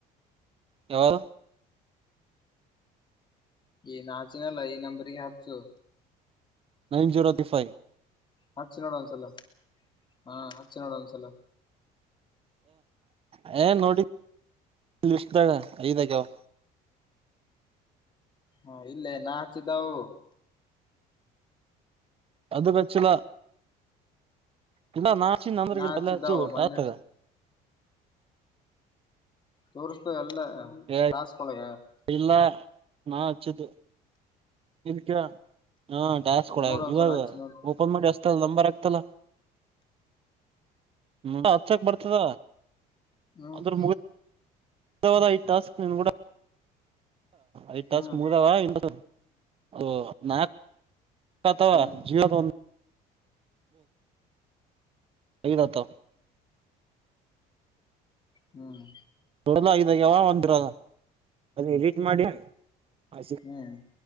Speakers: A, on the right; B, on the left.
A: ಯಾರ್.
B: ಇಗ್ ನಾ ಹಚ್ಚಿನಿ ಅಲ್ಲ ಈ ನಂಬರ್ಗಿ ಹಚ್ಚು.
A: ನೈನ್ ಜೀರೋ <unintelligible>
B: ಹಚ್ಚಿ ನೋಡು ಒಂದ್ಸಲ, ಹಾ ಹಚ್ಚಿ ನೋಡು ಒಂದ್ಸಲ.
A: ಹೇ ನೋಡಿನಿ ಲಿಸ್ಟ್ಗ ಐದ ಆಗ್ಯಾವ.
B: ಹಾ ಇಲ್ಲೇ ನಾ ಹಚ್ಚಿದ್ದವು,
A: ಅದಕ್ಕ ಹಚ್ಚಿಲ್ ಇಲ್ಲ ನಾ. <unintelligible>
B: ನಾ ಹಚ್ಚಿದ್ದವು ಮೊನ್ನೆ ತೋರಿಸ್ತಾದ ಎಲ್ಲ
A: ಏ
B: ಟಾಸ್ಕ್ ಒಳಗ.
A: ಇಲ್ಲ ನಾ ಹಚ್ಚಿದ್ದು. ಇಲ್ಲಿ ಕೇಳ ಹಾ ಟಾಸ್ಕ್ ಒಳಗ.
B: ನೋಡ ಒಂದ್ಸಲ
A: ಇವಾಗ
B: ಹಚ್ಚಿ ನೋಡು
A: ಓಪನ್ ಮಾಡಿ, ಲಂಬರ್ ಆಗ್ತಲ್ಲ ನ ಬಿಡ್ ಹಚ್ಚಕ್ ಬರ್ತದ.
B: ಹ್ಮ್.
A: ಅಂದ್ರ <unintelligible> ಟಾಸ್ಕ್ ನೀನ್ ಗೂಡ, ಐದ ಟಾಸ್ಕ್
B: ಹ್ಮ್
A: ಮುಗ್ದವ <unintelligible> ಅದು ನಾಕ್ <unintelligible>
B: ಹ್ಮ್ ಹ್ಮ್
A: ಐದ ಆತವ.
B: ಹ್ಮ್.
A: <unintelligible> ಎಡಿಟ್ ಮಾಡಿ ಸಿಕ್ಸ್
B: ಹ್ಮ್.